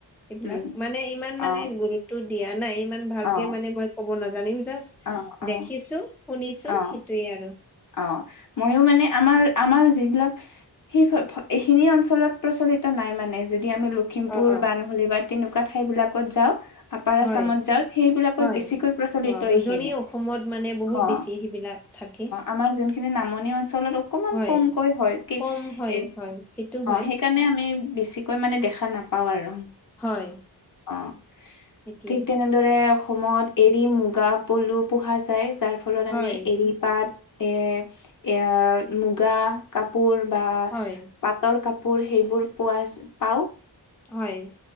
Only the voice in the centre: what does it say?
সেইবিলাক
মানে ইমান মানে
গুৰুত্ব দিয়া নাই ইমান ভালকে
মানে মই কব নাজানিম জাষ্ঠ
দেখিছো শুনিছো
সেইটোৱে আৰু।
অ অ
হয়
হয়
অ উজনি
অসমত মানে বহুত
বেছি সেইবিলাক থাকে
হয়
কম
হয় হয় সেইটো হয়
হয়।
সেইটোৱে
হয়
হয়
হয়।